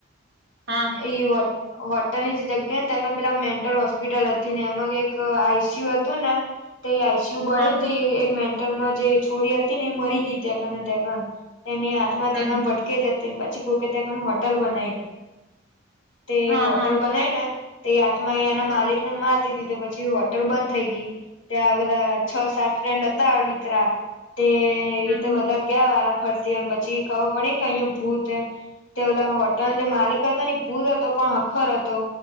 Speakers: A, on the right (about 55°); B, on the left (about 80°).
A: હા
B: એ હોટ વટ ની જગ્યા ને ત પેલા મેન્ટલ હોસ્પિટલ હતી ને એમાં એક આઈસીયુ હતું ને તે આઈસીયું બળેન
A: હા
B: એકન લમાં જે છોરી હતી ને એ મરી ગઈ તંકંકન તેમની આત્મહત્યા
A: હમ
B: કર ભટકે જ તેમ પછી કો કે ત્યાં હોટેલ બનાવી તે
A: હા
B: હોટર
A: હા
B: બનાય ને તે આત્મા એના માલિક મા દીધી તો પછી હોટલ બંધ થઈ ગઈ ત્યાં બધા છ સાત ફ્રેન્ડ હતા અળવિતરા તે એવી રીતે
A: હમ
B: બધા ગયા વારા ફર ધ્યાન પછી ખબર પડી ને કે અહીં ભૂત તો ઓલા હોટલ જે માલિક હતા ને ભૂત હતો પણ હખર હતો